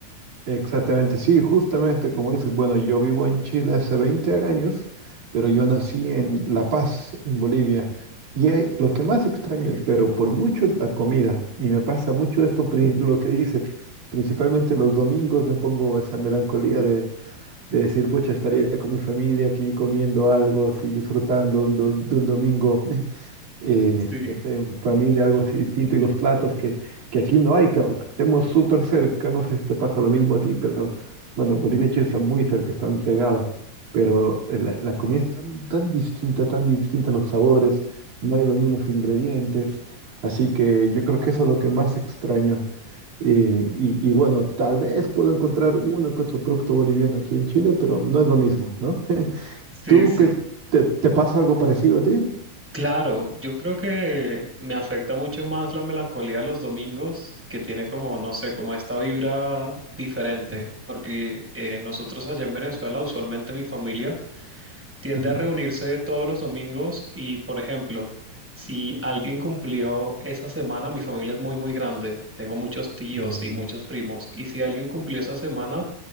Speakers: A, on the right; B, in the centre.
A: Exactamente, sí, justamente como dices, bueno, yo vivo en Chile hace 20 años, pero yo nací en La Paz, en Bolivia. Y hay- lo que más extraño, pero por mucho, es la comida. Y me pasa mucho esto, pri- lo que dices. Principalmente los domingos me pongo esa melancolía de, de decir, pucha, estaría con mi familia aquí comiendo algo así, disfrutando un do- de un domingo <laughs> eh,
B: Sí,
A: no sé, en familia, algo así distinto, y los platos que, que aquí no hay, claro, aunque estemos súper cerca, no sé si te pasa lo mismo a ti, pero bueno, Bolivia y Chile están muy cerca, están pegados, pero eh, la, la comida es tan, tan distinta, tan distinta, los sabores, no hay los mismos ingredientes, así que yo creo que eso es lo que más extraño. eh, y, y bueno, tal vez puedo encontrar uno que otro producto boliviano aquí en Chile, pero no es lo mismo, ¿no? <laughs>
B: sí,
A: ¿Tú
B: sí.
A: qué te, te pasa algo parecido a ti?
B: Claro, yo creo que me afecta mucho más la melancolía los domingos, que tiene como, no sé, como esta vibra diferente,
A: Ujú,
B: porque eh, nosotros allá en Venezuela, usualmente mi familia tiende
A: ujú.
B: a reunirse todos los domingos y, por ejemplo, si alguien cumplió esa semana, mi familia es muy, muy grande, tengo muchos tíos
A: Mm.
B: y muchos primos, y si alguien cumplió esa semana,